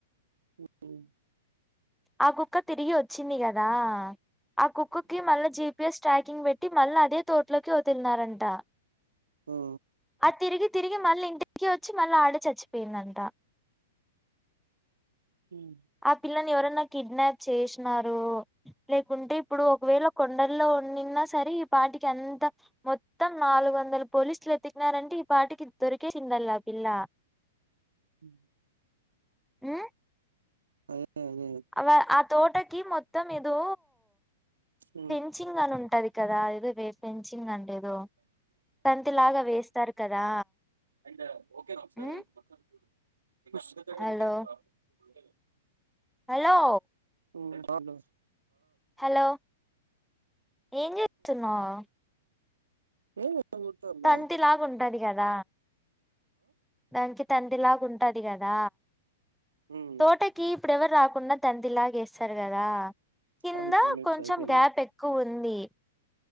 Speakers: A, on the right; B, in the centre.
A: హ్మ్.
B: ఆ కుక్క తిరిగి వచ్చింది కదా ఆ కుక్కకి మళ్ళా జీపీఎస్ ట్రాకింగ్ పెట్టి మళ్ళీ అదే తోట్లోకి వతులిన్నారంట
A: ఆ!
B: తిరిగి తిరిగి మళ్ళీ ఇంటికి వచ్చి మళ్ళీ ఆడ చచ్చిపోయిందంట
A: హ్మ్
B: ఆ పిల్లని ఎవరన్నా కిడ్నాప్ చేసినరో లేకుంటే ఇప్పుడు ఒకవేళ కొండల్లో ఉ సరే ఈ పాటికి అంత మొత్తం నాలుగు వందలు పోలీసులు ఎతికినారంటే ఈ పాటికి దొరికే చెంద గ పిల్ల
A: హ్
B: ఆ
A: అ ఆదేలే
B: అవ తోటకి మొత్తం ఇదో
A: హ్మ్.
B: పెంచింగ్ అని ఉంట ఉట్టది కదా ఏదో పెంచింగ్ అంట ఏదో బంతి లాగా వేస్తారు కదా
A: అండ్ ఓకే నాక్ర్
B: హ్మ్
A: మొత్తం <unintelligible>
B: హలో హలో
A: ఏం కార్లు
B: హలో ఏం చేస్తున్నావ్
A: ఎంలే కూర్చునా
B: తంతిలాగా ఉంటది కదా దానికి తందిలాగా ఉంటది కదా
A: హ్మ్.
B: తోటకి ఇప్పుడెవరు రాకుండా తందిరిలాగ వేస్తారు కదా కింద
A: ఆగు మినిట్స్
B: కొంచెం
A: అయిపోయింది.
B: గ్యాప్ ఎక్కువ ఉంది